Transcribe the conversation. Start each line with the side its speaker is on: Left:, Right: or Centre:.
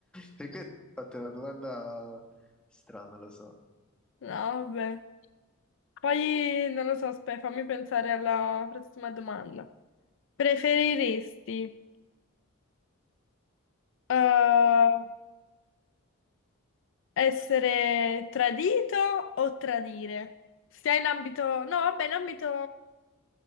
Centre: Perché ti ho fatto una domanda strana, lo so.
Left: No, vabbè. Poi, non lo so, aspetta, fammi pensare alla prossima domanda. Preferiresti eh, essere tradito o tradire? Stia in ambito... No, vabbè, in ambito